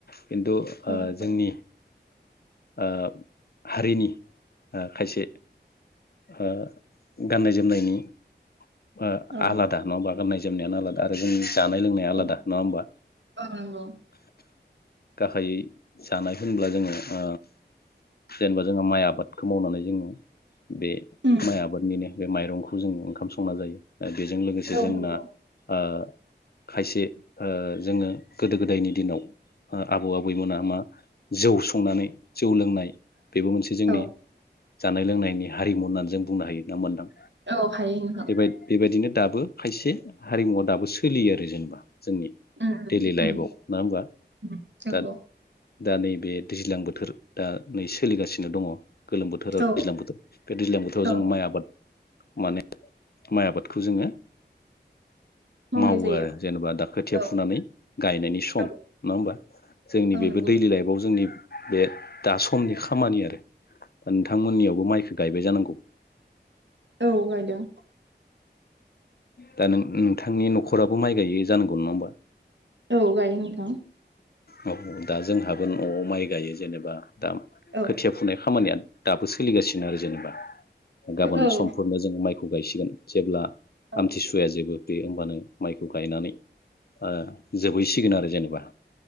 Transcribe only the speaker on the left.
खिन्थु
ओ
जोंनि ओ हारिनि ओ खायसे ओ गाननाय जोमनायनि ओ
आलादा नङा होमबा गाननाय जोमनायानो आलादा आरो जोंनि जानाय लोंनाया
आलादा नङा होमबा
गाहायै जानाय होनब्ला जोङो ओ जेनेबा जोंहा माइ आबादखौ मावनानै जोङो बे
माइ आबादनिनो बे मायरंखौ जों ओंखाम सं संना जायो ओ बेजों लोगोसे
जोंना
ओ खायसे ओ जोङो गोदो गोदायनि दिनाव ओ आबौ आबैमोना मा जौ संनानै जौ लोंनाय बेबो मोनसे जोंनि
जानाय लोंनायनि हारिमु होननानै जों बुंनो हायो ना होमबा नोंथां
बेबाय बेबायदिनो दाबो खायसे हारिमुवा दाबो सोलियो आरो जेनेबा जोंनि
दैलि लाइफआव
नङा होमबा
दा दा नैबे दैज्लां बोथोर दा नै सोलिगासिनो दङ गोलोम बोथोर आरो
दैज्लां बोथोर बे दैज्लां बोथोराव
जोङो माइ आबाद माने माइ आबादखौ जोङो
मावो
आरो जेनेबा दा खोथिया
फुनानै गायनायनि सम
नङा होमबा जोंनि
बेबो
दैलि लाइफआव जोंनि बे दा समनि खामानि आरो नोंथां मोननियावबो माइखो गायबाय जानांगौ?
दा नों नोंथांनि न'खराबो माइ गायो जानांगौ नङा होमबा?
औ दा जोंहाबो न'आव माइ गायो जेनेबा दा
खोथिया फुनाय खामानिया दाबो सोलिगासिनो आरो जेनेबा । गाबोन
समफोरनो जोंङो माइ खौ गायसिगोन । जेब्ला
आमथिसुवाया जोबो बे मानो माइखौ गायनानै ओ जोबहैसिगोन आरो जेनेबा